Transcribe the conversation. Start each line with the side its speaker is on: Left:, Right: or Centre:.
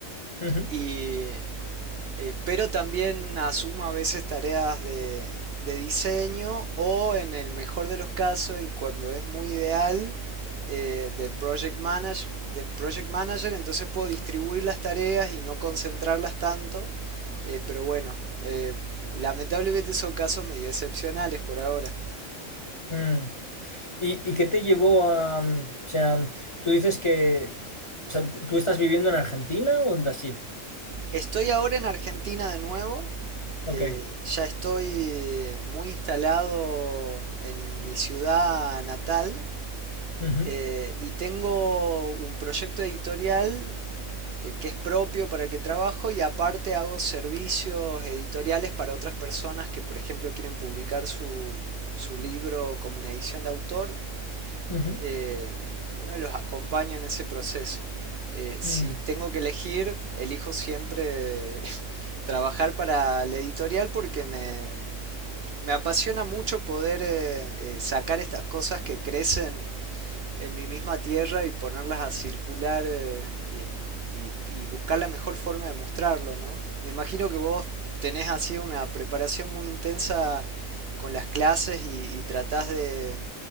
Left: ujú,
Right: y eh, pero también asuma a veces tareas de, de diseño o en el mejor de los casos y cuando es muy ideal eh, de, project manage, de project manager entonces puedo distribuir las tareas y no concentrarlas tanto eh, pero bueno eh, lamentablemente son casos medio excepcionales por ahora
Left: mm. ¿Y, y qué te llevó a, mm, o sea, tú dices que, o sea, ¿tú tú estás viviendo en Argentina o en Brasil?
Right: estoy ahora en Argentina de nuevo
Left: Ok.
Right: Eh, ya estoy muy instalado en mi ciudad natal
Left: ujú,
Right: Eh, y tengo un proyecto editorial eh, que es propio para el que trabajo y aparte hago servicios editoriales para otras personas que por ejemplo quieren publicar su, su libro como una edición de autor.
Left: ujú,
Right: Eh, bueno, los acompaño en ese proceso. Eh, si
Left: mm.
Right: tengo que elegir, elijo siempre <laughs> trabajar para la editorial porque me, me apasiona mucho poder eh, eh, sacar estas cosas que crecen en mi misma tierra y ponerlas a circular eh, eh, y, y buscar la mejor forma de mostrarlo, ¿no? Me imagino que vos tenés así una preparación muy intensa con las clases y, y tratás de,